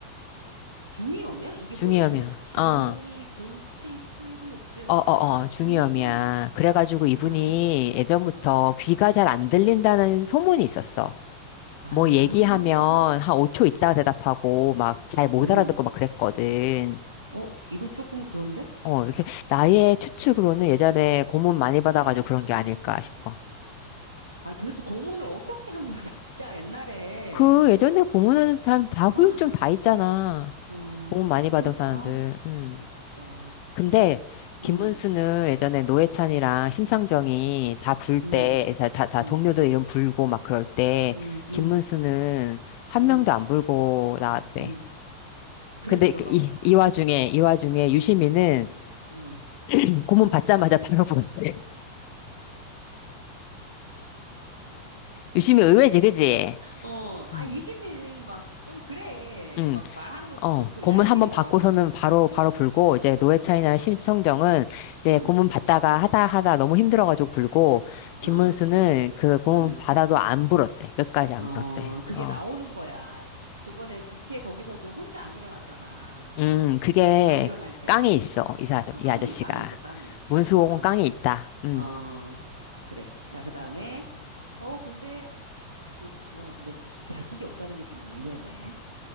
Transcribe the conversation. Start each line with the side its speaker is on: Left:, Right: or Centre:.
Right: 중이 오면? 이게
Left: 중이염이야.
Right: 뭐야? 중, 중이근치술
Left: 어.
Right: 후유증.
Left: 어어어,
Right: 아, 중이근.
Left: 중이염이야. 그래가지고
Right: 음,
Left: 이분이
Right: 아,
Left: 예전부터 귀가 잘 안 들린다는 소문이 있었어.
Right: 아,
Left: 뭐 얘기하면 한 5초 있다가 대답하고 막 잘 못
Right: 음.
Left: 알아듣고 막 그랬거든.
Right: 어, 이거 조금 그런데?
Left: 어, 이렇게 나의
Right: 음.
Left: 추측으로는 예전에 고문 많이 받아가지고 그런 게 아닐까 싶어.
Right: 아, 도대체 고문을 어떻게 한 거야, <laughs> 진짜, 옛날에.
Left: 그 예전에 고문하는 사람 다 후유증
Right: 아,
Left: 다 있잖아.
Right: 음,
Left: 고문 많이
Right: 뭐,
Left: 받은
Right: 그럴 수,
Left: 사람들.
Right: 아,
Left: 음.
Right: 정말, 진짜.
Left: 근데
Right: 음,
Left: 김문수는 예전에 노회찬이랑 심상정이 다 불 때,
Right: 음,
Left: 다, 다, 다
Right: 음,
Left: 동료들 이름 불고 막 그럴 때,
Right: 음, 음,
Left: 김문수는 한
Right: 음,
Left: 명도 안 불고 나왔대.
Right: 음. 그래서
Left: 근데
Right: 이런가
Left: 그 이,
Right: 보다.
Left: 이 와중에, 이 와중에 유시민은
Right: 어.
Left: 음, 고문 받자마자 바로 불었대. <laughs> 유시민 의외지, 그지?
Right: 어, 아,
Left: 음.
Right: 유시민, 막, 좀 그래.
Left: 응.
Right: 막, 말하는 것도
Left: 어,
Right: 그렇고,
Left: 고문
Right: 얄미워.
Left: 한번 받고서는 바로, 바로 불고, 이제 노회찬이나
Right: 음.
Left: 심성정은 이제
Right: 응,
Left: 고문 받다가 하다 하다 너무 힘들어가지고 불고, 김문수는
Right: 응,
Left: 그 고문
Right: 응.
Left: 받아도 안 불었대. 끝까지 안
Right: 어,
Left: 불었대.
Right: 그게
Left: 어.
Right: 나오는 거야. 저번에 국회 거기서도 혼자 안 일어났잖아.
Left: 음, 그게
Right: 다 일어날 때,
Left: 깡에
Right: 음,
Left: 있어. 이 사,
Right: 어,
Left: 이
Right: 깡이,
Left: 아저씨가.
Right: 깡이 있어, 깡이 있어.
Left: 문수홍은
Right: 아,
Left: 깡에 있다. 음,
Right: 어, 그래. 자, 그 다음에, 어, 근데, 그렇고, 와, 진짜 자식이 없다는 게 좀 의외네.